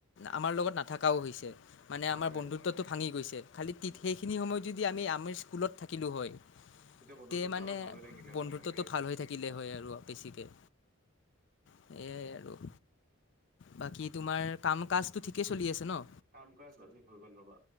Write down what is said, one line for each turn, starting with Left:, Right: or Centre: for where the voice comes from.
Left: আমাৰ লগত নাথাকাও হৈছে, মানে
Right: হয়
Left: আমাৰ
Right: হয়
Left: বন্ধুত্বটো ভাঙি গৈছে, খালি
Right: উম
Left: তিত
Right: উম
Left: সেইখিনি সময়ত তেতিয়া যদি আমি আমি স্কুলত থাকিলো হয়,
Right: তেতিয়া বন্ধুত্বটো
Left: তে মানে
Right: আৰু ভাল হৈ থাকিলে হয়
Left: বন্ধুত্বটো
Right: তাকে
Left: ভাল হৈ থাকি থাকিলে হয় আৰু বেছিকে সেইয়াই আৰু। বাকী তোমাৰ কাম কাজটো ঠিকেই চলি আছে ন।
Right: কাম কাজ আজি হৈ গ'ল ৰ'বা।